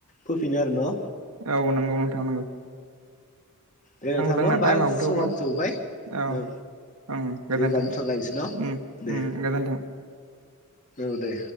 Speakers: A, on the left; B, on the right.
A: फोफिनो आरो न'
B: औ नंगौ नोंथां नंगौ
A: दे नोंथां
B: जोंना
A: न होमबा
B: टाइमाबो
A: समाबो
B: थौबो
A: थौबाय
B: औ
A: नों
B: ओं गोजोन्थों
A: दे ओमबा दोनथ'लायनसै न'
B: उम
A: दे
B: उम गोजोन्थों
A: औ दे